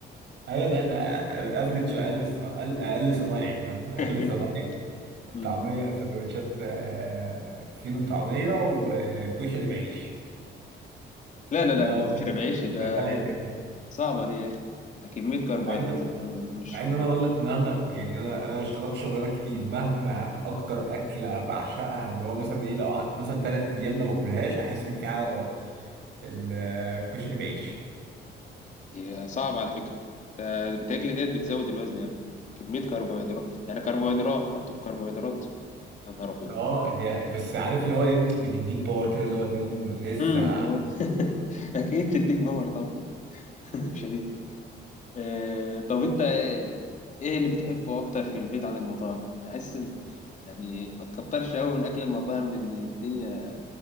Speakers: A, on the right; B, on the left.
A: ايوه ده ده افريج اقل ص- اقل أقل صنايعي فاهم اقل
B: <laughs>
A: صنايعي
B: مم.
A: طعمية سندوتشات آه، فينو طعمية وكشري بعيش
B: لا لا لا
A: ده وجبي
B: كشري بعيش ده
A: شغال عتاني
B: صعبه دي يا اخي ده كميه كربوهيدرات
A: مع ان
B: آه، مش
A: مع ان
B: مش
A: انا اقول لك مهما يعني انا انا اشتغلت شغلانات كتير مهما اكتر اكله بعشقها اللي هو مثلا ايه لو قعدت مثلا ثلاث ايام ما باكلهاش احس ان في حاجه غلط الكشري بعيش
B: هي صعبه على فكره ده بتاكل ديت بتزود الوزن يا ابني كميه كربوهيدرات يعني كربوهيدرات حطوا في كربوهيدرات يا نهار ابيض
A: اه هي بس عارف اللي هو ايه بتديك باور كده اللي هو اليوم لسه
B: مم. <laughs> اكيد تديك باور طبعا <laughs> شديد آه، طب انت ايه اللي بتحبه اكتر في البيت عن المطاعم انا حاسس ان يعني ما تكترش قوي من اكل المطاعم لان الدنيا